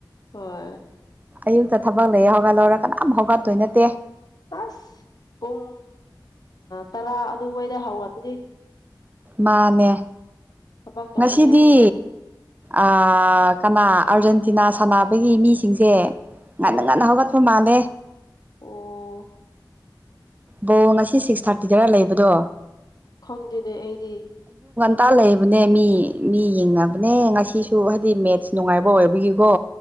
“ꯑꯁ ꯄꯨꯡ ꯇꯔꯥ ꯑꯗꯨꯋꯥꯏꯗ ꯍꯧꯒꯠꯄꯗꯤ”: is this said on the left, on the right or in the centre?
Left